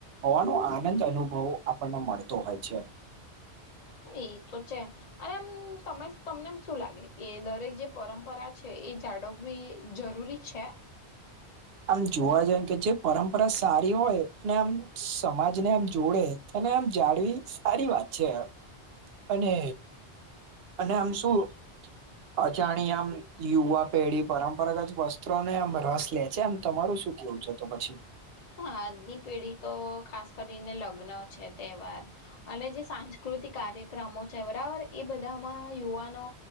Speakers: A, on the right; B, on the left.
A: હોવાનો આનંદ અનુભવ આપણને મળતો હોય છે.
B: હવે એ તો છે, અને એમ તમે તમને એમ શું લાગે કે દરેક જે પરંપરા છ છે એ જાળવવી જરૂરી છે.
A: આમ જોવા જઈ કે જે પરંપરા સારી હોય, અને આમ સમાજને આમ જોડે. અને આમ જાળવી સારી વાત છે. અને, અને આમ શું? અજાણી આમ યુવા પેઢી પરંપરાગત વસ્ત્રો ને આમ રસ લે છે, આમ તમારું શું કેવું છે, તો પછી.
B: હ, આજની પેઢી તો ખાસ કરીને લગ્ન છે, તહેવાર અને જે સાંસ્કૃતિક કાર્યક્રમો છે, બરાબર. એ બધામાં યુવાનો